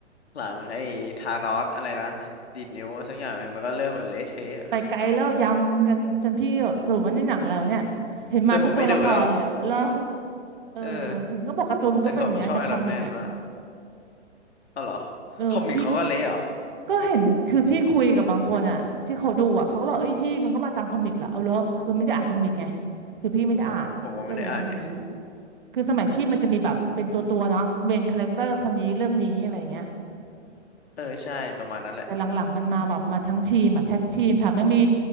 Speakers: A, on the left (about 60°); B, on the right (about 45°).
A: หลังไอ้ธานอสอะไรนะดีดนิ้วสักอย่างหนึ่งมันก็เริ่มแบบเละเทะอะ
B: ไปไกลแล้วยำกันจนพี่แบบสรุปว่านี่หนังอะไรวะเนี่ยเห็นมาทุกตัวละครเลยอะแล้ว
A: จนผมไม่ดูแล้วอะ
B: เออเห็นก็บอกการ์ตูนมันก็เป็นอย่างเงี้ยในคอมิกอ่ะ
A: เออแต่ก่อนผมชอบไอรอนแมนมากอ๋อเหรอ
B: เออพี่
A: คอมิกเขาก็เละเหรอ
B: ก็เห็นคือพี่คุยกับบางคนอ่ะที่เขาดูอ่ะเขาก็บอกเอ้ยพี่มันก็มาตามคอมิกเหรอเอาเหรอเออไม่ได้อ่านคอมิกไงคือพี่ไม่ได้อ่านก็เลยไม่รู้
A: โอ้โหผมก็ไม่ได้อ่านไง
B: คือสมัยพี่มันจะมีแบบเป็นตัวตัวเนาะเมนคาแรคเตอร์คนนี้เรื่องนี้อะไรอย่างเงี้ย
A: เออใช่ประมาณนั้นแหละ
B: แต่หลังๆมันมาแบบมาทั้งทีมอ่ะแท็กทีมแถมยังมี